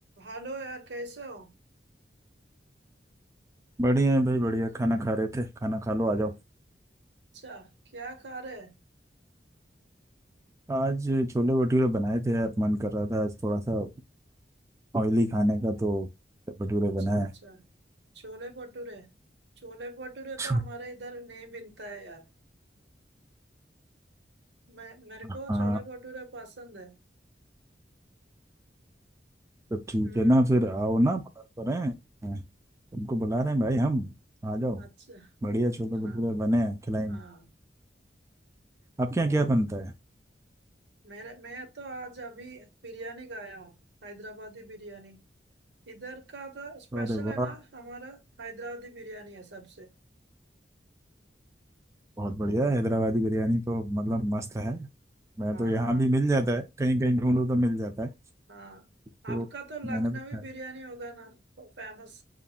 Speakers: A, on the right (about 75°); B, on the right (about 15°).
A: Hello यार कैसे हो
B: बढ़िया है भाई बढ़िया खाना खा रहे थे खाना खा लो आ जाओ
A: अच्छा क्या खा रहे हैं
B: आज छोले भटूरे बनाए थे यार मन कर रहा था आज थोड़ा सा ऑयली खाने का तो भटूरे
A: अच्छा
B: बनाए
A: अच्छा छोले भटूरे छोले भटूरे
B: छोले
A: तो हमारे इधर नहीं बनता है यार मैं मेरे को
B: हाँ
A: छोले भटूरे पसंद है
B: तो ठीक
A: हम्म
B: है ना फिर आओ ना बुला तो रहे हैं तुमको बुला रहे हैं भाई हम आ जाओ
A: अच्छा
B: बढ़िया छोले
A: हाँ
B: भटूरे
A: हाँ
B: बने हैं खिलाएंगे
A: हाँ
B: आपके
A: तो
B: यहाँ क्या बनता है
A: मेरे मैं तो आज अभी बिरयानी खाया हूँ हैदराबादी बिरयानी इधर का तो स्पेशल
B: अरे वाह
A: है ना हमारा हैदराबादी बिरयानी है सबसे
B: बहुत बढ़िया
A: हम्म
B: हैदराबादी बिरयानी तो मतलब मस्त है मैं
A: हाँ
B: तो यहाँ
A: हाँ
B: भी मिल जाता है कहीं कहीं ढूंढो तो मिल जाता है
A: हाँ आपका
B: तो
A: तो लखनवी
B: मैंने तो खाया
A: बिरयानी होगा ना फेमस